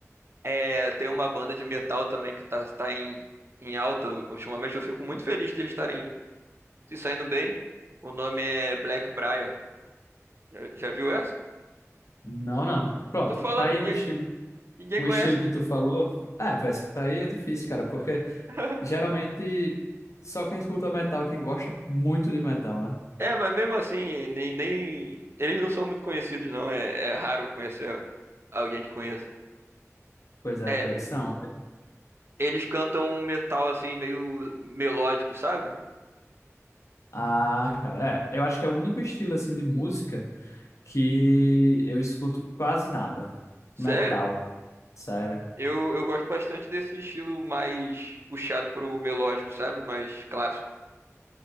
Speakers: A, on the right (about 50°); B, on the left (about 65°).
A: É, tem uma banda de metal também que tá, tá em, em alta ultimamente. Eu fico muito feliz de eles estarem se saindo bem. O nome é Black Briar. Já já viu essa?
B: Não, não. Pronto.
A: Tô falando,
B: Tá aí
A: ninguém,
B: um estilo
A: ninguém
B: Um
A: conhece.
B: estilo que tu falou, é pô, essa aí é difícil, cara, porque
A: <laughs>
B: geralmente só quem escuta metal é quem gosta muito de metal, né?
A: É, mas mesmo assim, nem, nem- Eles não são muito conhecidos, não. É, é raro conhecer alguém que conheça.
B: Pois é,
A: É,
B: conheço. Não,
A: eles cantam um metal assim, meio melódico, sabe?
B: ah, cara, é, eu acho que é o único estilo, assim, de música que eu escuto quase nada.
A: Sério?
B: Metal, sério.
A: Eu, eu gosto bastante desse estilo mais puxado pro melódico, sabe? Mais clássico.